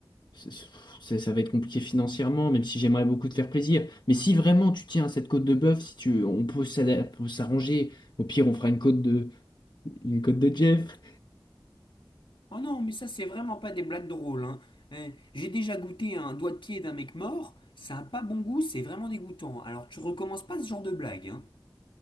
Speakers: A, on the left; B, on the left.
A: c'est- c'est- ça va être compliqué financièrement, même si j'aimerais beaucoup te faire plaisir. Mais si vraiment tu tiens à cette côte de bœuf, si tu, on peut s'ada- peut s'arranger. Au pire, on fera une côte de, une côte de Jeff.
B: Oh non, mais ça, c'est vraiment pas des blagues drôles, hein. Eh, j'ai déjà goûté un doigt de pied d'un mec mort. Ça a pas bon goût, c'est vraiment dégoûtant. Alors, tu recommences pas ce genre de blague, hein.